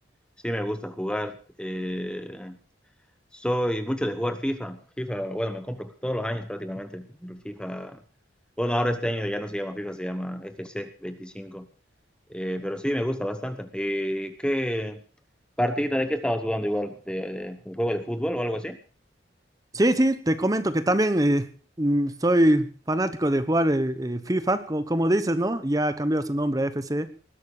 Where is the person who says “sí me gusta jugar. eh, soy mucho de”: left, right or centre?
Centre